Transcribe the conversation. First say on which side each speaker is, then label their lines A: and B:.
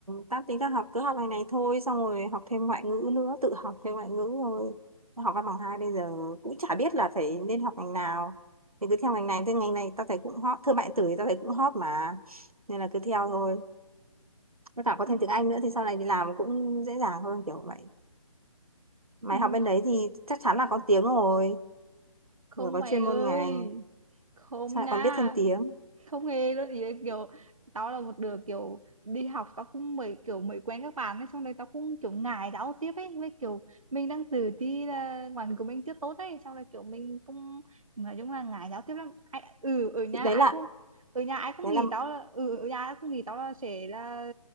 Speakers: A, on the right; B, on the right.
A: tao tính tao học cứ học này này thôi xong rồi học thêm ngoại ngữ nữa tự học thêm ngoại ngữ rồi tao học văn bằng hai bây giờ cũng chả biết là phải nên học ngành nào thì cứ theo ngành này thì ngành này tao thấy cũng hot thương mại điện tử thì tao thấy cũng hot mà nên là cứ theo thôi với cả có
B: Ừ.
A: thêm tiếng Anh nữa thì sau này đi làm cũng dễ dàng hơn kiểu vậy mày
B: Ừ.
A: học bên đấy thì chắc chắn là có tiếng rồi
B: không
A: vừa có
B: mày
A: chuyên môn
B: ơi
A: ngành
B: không
A: sao lại
B: nha
A: còn biết thêm tiếng
B: không hề luôn ý là kiểu tao là một đứa kiểu đi học tao cũng mới kiểu mới quen các bạn ấy xong rồi tao cũng kiểu ngại giao tiếp ấy với kiểu mình đang tự ti là ngoại của mình chưa tốt ấy xong rồi kiểu mình cũng nói chung là ngại giao tiếp lắm ai, ừ ở nhà
A: thì đấy
B: ai
A: là
B: cũng ở nhà ai cũng
A: đấy
B: nghĩ
A: là
B: tao là ừ ở nhà ai cũng nghĩ tao là sẽ là